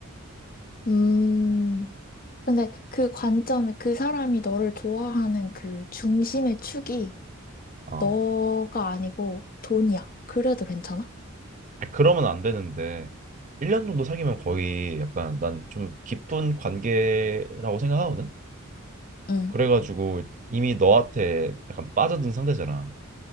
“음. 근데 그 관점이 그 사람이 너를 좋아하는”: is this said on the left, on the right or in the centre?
Left